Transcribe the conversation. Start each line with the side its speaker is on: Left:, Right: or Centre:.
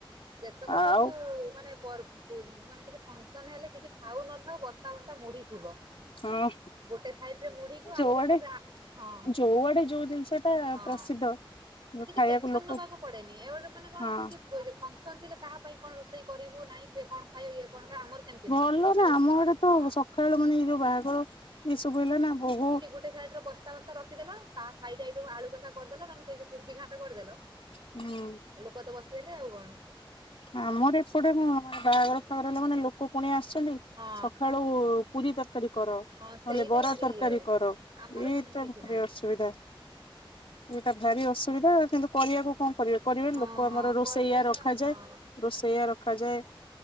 Right: ଯେତେକ
Left: ଆଉ
Right: ସବୁ ମାନେ ପର ପୁର୍ ମାନେ କିଛି ଫଙ୍କସନ ହେଲେ କିଛି ଥାଉ ନଥାଉ ବସ୍ତା ବସ୍ତା ମୁଡି ଥିବ।
Left: ହଁ
Right: ଗୋଟେ ସାଇଡ ରେ ମୁଢିକୁ
Left: ଯୋଆଡେ
Right: ଆଉ ଗୋଟେ ସାଇଡ ରେ ହଁ
Left: ଯୋଆଡେ ଯୋଉ ଜିନିଷ। ଟା
Right: ହଁ।
Left: ପ୍ରସିଦ୍ଧ।
Right: କିଛି
Left: ଖାଇବାକୁ
Right: ଟେନସନ
Left: ଲୋକ
Right: ନବାକୁ ପଡେନି ଏବେ ମାନେ କଣ
Left: ହଁ
Right: କିଛି ଫୁଙ୍କସନ ଥିଲେ କାହା ପାଇଁ କଣ ରୋଷେଇ କରିବୁ ନାହିଁ ଏ କଣ ଖାଏ ଇଏ କଣ ଖାଏ ଆମର ସେମିତି
Left: ଭଲ
Right: ନାହିଁ ମୁଁ
Left: ନା ଆମ ଆଡେ ତ
Right: ହଁ
Left: ସକାଳଳୁ ମାନେ ଏଇ ଯୋଉ ବାହାଘର ଏଇ ସବୁ ହେଲା ନା ବହୁ
Right: ସାଇଡ ର ବସ୍ତା ବସ୍ତା ରଖିଦେଲ ତା ସାଇଡ ଆଇଟମ ଆଳୁ କଷା କରିଦେଲ ନହେ ସେଇ କୋବି ଘାଣ୍ଟ କରିଦେଲ
Left: ହୁଁ।
Right: କର ତ ବସିଗଲେ ଆଉ କଣ।
Left: ଆମର ଏପଟେ କଣ ବାହାଘର ଫାହାଗର ହେଲା ମାନେ ଲୋକ ପୁଣି ଆସୁଛନ୍ତି।
Right: ହଁ
Left: ସକାଳୁ ପୁରୀ ତରକାରୀ କର। ନହେଲେ
Right: ହଁ ସେଇଟା
Left: ବରା
Right: ଭାରି
Left: ତରକାରୀ
Right: ଇଏ
Left: କର,
Right: ଆମର
Left: ଏଇଟା
Right: ସେମିତି କିଛି
Left: ଭାରି
Right: ନାହିଁ
Left: ଅସୁବିଧା। ଏଇଟା ଭାରି ଅସୁବିଧା କିନ୍ତୁ କରିବାକୁ କଣ କରିବେ କରିବେ
Right: ହଁ
Left: ଲୋକ ଆମର
Right: ହଁ
Left: ରୋଷେଇଆ
Right: କରିବେ
Left: ରଖାଯାଏ।
Right: ନା ହଁ
Left: ରୋଷେଇଆ ରଖାଯାଏ